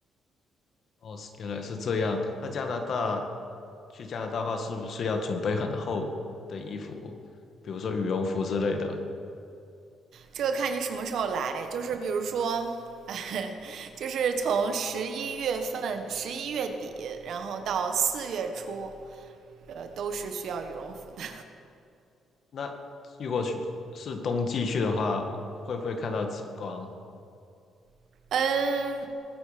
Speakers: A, on the left; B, on the right.
A: 哦，是原来是这样。那加拿大，去加拿大的话，是不是要准备很厚的衣服，比如说羽绒服之类的？
B: 这个看你什么时候来，就是比如说，<laughs> 哎就是从十一月份、十一月底，然后到四月初，呃，都是需要羽绒服的。
A: 那如果去是冬季去的话，会不会看到极光？
B: <laughs> 嗯